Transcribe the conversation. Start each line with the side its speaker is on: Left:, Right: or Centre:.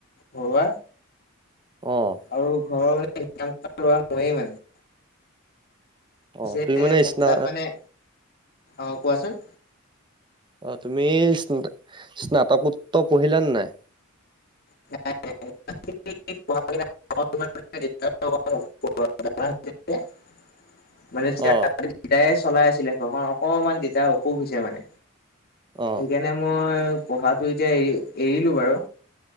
Left: ঘৰুৱা
Right: অ'।
Left: আৰু ঘৰৰ মানেক ল <inaudible> মোৱেই মানে
Right: অ
Left: পিছে
Right: তুমি মানে
Left: মোৰ
Right: স্না
Left: তাক মানে অ কোৱাচোন?
Right: অ তুমি ইছনা স্নাতকোত্তৰ পঢ়িলানে নাই?
Left: ন <inaudible> <inaudible> মানে তেতিয়া
Right: অ
Left: তিতাই চলাই আছিলে ঘৰখন অকণমান তিতাই অসুখ হৈছে মানে।
Right: অ
Left: সেইকাৰণে মই পঢ়াটো এতিয়া এৰি এৰিলো বাৰু।